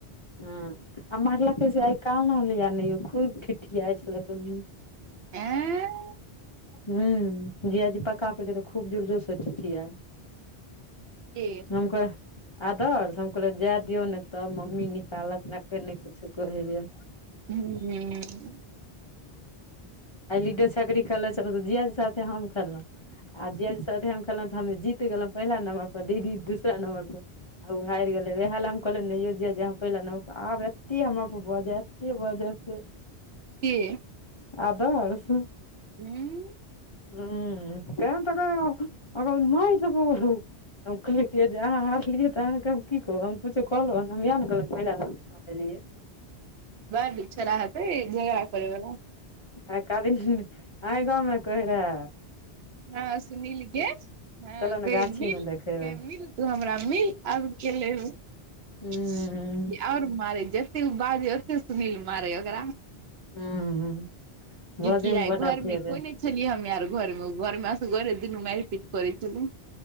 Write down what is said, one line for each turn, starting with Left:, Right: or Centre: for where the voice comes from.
Left: ह्म आ मारलकै से आइ कानलिया नहि खूब ठिठीयाइ छलै दुनू
Right: एऽ।
Left: हू जीजाजी पका पले तऽ खूब जोरजोर स ठीठीयाई।
Right: के
Left: हममक आदर्श हम कहलियै जाय दियो न तब मम्मी निकालत ने अखन नहि कुछो कहैया।
Right: ह्म।
Left: आ लिडो छकरी खेलै छल त जियाजी साथे हम खेललहुं आ जियाजी साथे हम खेलैउ त हम जीत गेलहु पहिला नम्बर पर दीदी दूसरा नम्बर पर आ उ हारी गेलै वेहलम कहल नेैयो जियाजी आह पहिला नम्बर पर आब एते हमराप बजय एते बजय से
Right: के
Left: आदर्श।
Right: हूँ।
Left: ह्म केहन त रहै ओ अगर‌ मर्द ओ दे। हम कहै छियै जे अहाँ हारलियै तऽ अहाँके हम की कहब हम कुछो कहलहु हन हम ईहा ने कहलहु पहिला नम दऽ देलिए।
Right: वैह बिच चौराहा पे झगड़ा करे बला।
Left: आ एकादीन सुनि अय गाममे कहैरेहे।
Right: हँ सुनील के हँ
Left: चलऽ
Right: खेबिल
Left: ने गाछी मे देखेबै
Right: खेबिल तू हमरा मिल। आब के लेब
Left: हूँ
Right: की और मारय जे। जेत्तेक बाजय ओत्ते सुनील मारै ओकरा।
Left: हूँ।
Right: किकियाइ
Left: बजै मे बड
Right: घरमे
Left: अथी हेतै
Right: कोइ नै छलियै हमे आर घरमे घरमे असगरे दुनू माइर पीट करै छलै।